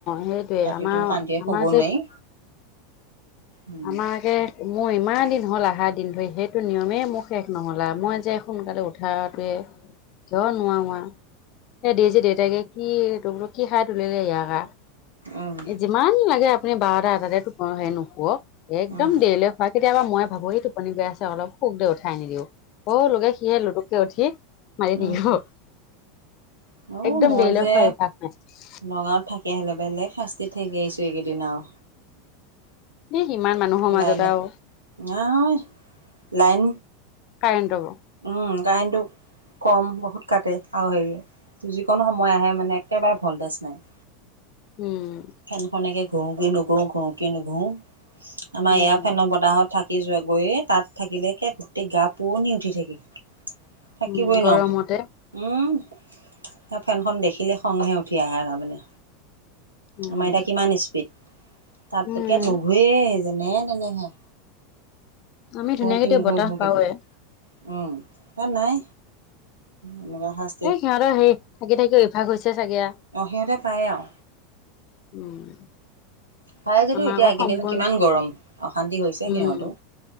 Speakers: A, on the left; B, on the right.
A: সেইটোৱে
B: ৰাতিটো
A: আমাৰ
B: শান্তিয়ে
A: আমাৰ
B: শুব
A: যে
B: নোৱাৰি। উম,
A: আমাৰ একে মোৰ ইমান দিন হ'ল আহাৰ দিন ধৰি সেইটো নিয়মেই মোৰ শেষ নহ'ল আৰু মই যে সোনকালে উঠাটোৱে কিয় নোৱাৰো আৰু এ দেইজী দেউতাকে কি তোক বোলো কি খাই তুলিলে ইয়াক
B: উম,
A: এ যিমান লাগে আপুনি বাৰটা এটাতে টো সে নুশুৱক। একদম
B: উম,
A: দেৰিলৈ শুৱাই কেতিয়াবা মই ভাবো এই টোপনি গৈ আছে অলপ শুক দে উঠাই নিদিও অ' <unintelligible> উঠি <unintelligible>
B: উম।
A: একদম দেৰিলে শুৱা
B: অ',
A: অভ্যাস
B: মই যে
A: নাই।
B: নগাঁৱত থাকি আহিলো বেলেগ শাস্তি থাকি আহিছোঁ এইকেইদিন আৰু
A: এ সিমান মানুহৰ
B: লাইন
A: মাজত আৰু
B: নাই লাইন
A: কাৰেন টো
B: উম কাৰেণ্টো কম বহুত কাটে আৰু হেৰিয়ে যিকণ সময় আহে মানে একেবাৰে ভল্টেজ নাই। <inaudible>
A: উম।
B: ফেনখন একে ঘূৰো কি নুঘুৰো ঘূৰো কি নুঘুৰো আমাৰ
A: উম
B: এয়া ফেনৰ বতাহত থাকে। <unintelligible> যোৱা গৈয়ে তাত থাকিলে গোটেই গা পুৰণি উঠি থাকিল। থাকিবই
A: উম গৰমতে
B: ন উম স ফেনখন দেখিলে খঙহে উঠি আহে তাৰমানে।
A: উম
B: আমাৰ এতিয়া কিমান স্পীড তাত
A: উম
B: একে নুঘূয়েই যেনে তেনেহে।
A: আমি
B: শু
A: ধুনীয়াকে
B: কিনো
A: এতিয়া
B: ঘ
A: বতাহ
B: শু
A: পাওঁৱে
B: কিনো উম তাত নাই এনেকুৱা শ
A: এই সিহঁতৰ হে থাকি থাকি অভাস হৈছে চাগে।
B: অ সিহঁতে পায় আৰু
A: উম।
B: প্ৰায় যটো
A: আমাৰ
B: এতিয়া
A: আকৌ
B: আ এককেইদিন
A: সম্পূৰ্ণ
B: কিমান গৰম অশান্তি হৈছে
A: উম
B: সিহঁতো।